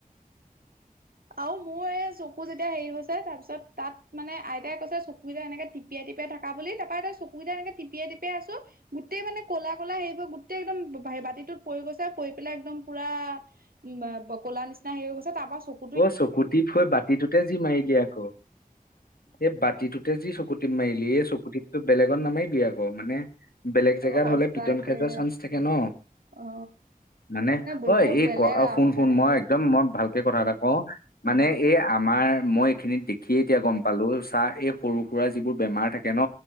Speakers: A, on the right; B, on the left.
A: আৰু মোৰ এই চকু যেতিয়া হেৰি হৈছে তাৰ পিছ তাত মানে আইতাই কৈছে চকুকিটা এনেকে টিপিয়াই টিপিয়াই থাক। তাৰ বুলি তা পা এ চকুকিটা এনেকে টিপিয়াই টিপিয়াই আছোঁ। গোটেই মানে ক'লা ক'লা সেইবোৰ গোটেই একদম বাতিটোত পৰি গৈছে পৰি পেলাই একদম পুৰা- উমঁ বা ক'লা নিচিনা হেই হৈ গৈছে তাৰ পা চকু -
B: অঁ চকু টিপ হৈ বাতিটোতে যি মাৰিলে আকৌ সেই বাতিটোত। যি চকুটিপ মাৰিলি এই চকুটিপটো বেলেগত নামাৰিবি আক। অঁ মানে বেলেগ জেগাত
A: সঁচাকে
B: হ'লে পিটন খাই যোৱা চান্স থাকে ন।
A: অ
B: মানে
A: বহুত
B: ঐ এই
A: বেলেগ
B: ক আৰু কোন,
A: সঁচাকে
B: কোন মই একদম মই ভাল- কে, কথা এটা কওঁ মানে
A: উম
B: এই আমাৰ মই এইখিনিত দেখি- খিয়ে, এতিয়া গম পালোঁ চা এই সৰু সুৰা যিবোৰ বেমাৰ থাকে ন,